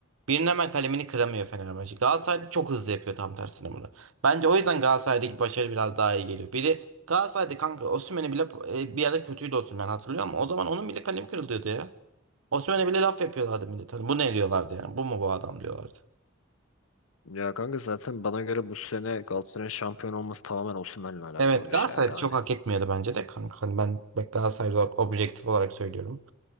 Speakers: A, on the right (about 80°); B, on the left (about 80°).
A: Birinin hemen kalemini kıramıyor Fenerbahçe. Galatasaray'da çok hızlı yapıyor tam tersine bunu. Bence o yüzden Galatasaray'daki başarı biraz daha iyi geliyor. Biri Galatasaray'da kanka Osimhen'i bile e, bir ara kötüydü Osimhen hatırlıyor musun? O zaman onun bile kalemi kırılıyordu ya. Osimhen'e bile laf yapıyorlardı millet. Hani bu ne diyorlardı yani? Bu mu bu adam diyorlardı.
B: Ya kanka zaten bana göre bu sene Galatasaray'ın şampiyon olması tamamen Osimhen'le alakalı
A: Evet
B: bir
A: Galatasaray'da
B: şey yani.
A: çok hak etmiyordu bence de kanka. Hani ben bak Galatasaray olarak objektif olarak söylüyorum.